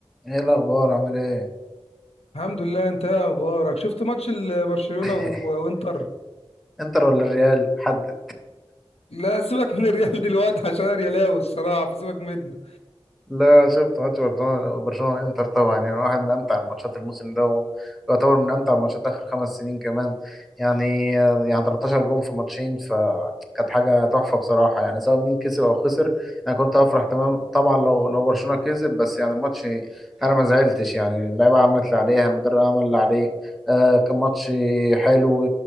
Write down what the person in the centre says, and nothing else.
ايه الاخبار عامل ايه
<laughs>
انتر ولا الريال حد
لا شفت ماتش برشلونة برشلونة انتر طبعا يعني واحد من امتع الماتشات الموسم ده ويعتبر من امتع الماتشات اخر خمس سنين كمان يعني يعني 13 جون في ماتشين فكانت حاجة تحفة بصراحة يعني سواء مين كسب او خسر انا كنت افرح تمام طبعا لو لو برشلونة كسب بس يعني الماتش انا ما زعلتش يعني اللعيبة عملت اللي عليها المدرب عمل اللي عليه آه كان ماتش حلو